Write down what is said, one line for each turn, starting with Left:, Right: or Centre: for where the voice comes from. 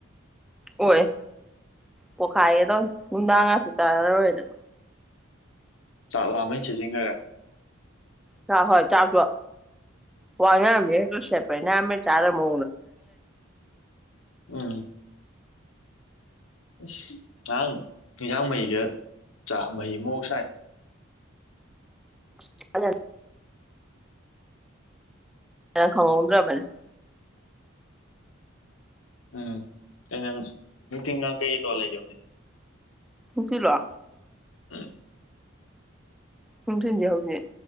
Centre: ꯑꯣꯏ ꯄꯣꯛꯈꯥꯏꯒꯦ ꯇꯧ ꯅꯨꯡꯗꯥꯡ ꯉꯥꯁꯨ ꯆꯥꯔꯔꯣꯏꯗꯅ
Left: ꯆꯥꯛ ꯂꯥꯃꯩꯅ ꯁꯤꯖꯤꯟꯈ꯭ꯔꯦ
Centre: ꯍꯥꯛ ꯍꯣꯏ ꯆꯥꯛ ꯋꯥ ꯉꯔꯃꯦ ꯁꯦꯄꯌꯥꯝꯃꯦ ꯆꯥꯔ ꯃ
Left: ꯎꯝ ꯑꯁ ꯉꯔꯥꯡ ꯏꯟꯖꯥꯡ ꯃꯍꯤꯒ ꯆ ꯃꯍꯤ ꯑꯃꯥꯎ ꯁꯥꯏ
Centre: ꯆ ꯍꯅ ꯈꯉꯎꯗ꯭ꯔꯕꯔ
Left: ꯎꯝ ꯑꯩꯅ ꯅꯨꯡꯊꯤꯟꯗꯥꯡ ꯀꯩꯇꯣ ꯂꯩꯗꯧꯅꯦ
Centre: ꯄꯨꯂ
Left: ꯎꯝ
Centre: ꯁꯨꯝ ꯊꯨꯟꯁꯤ ꯍꯧꯖꯤꯛ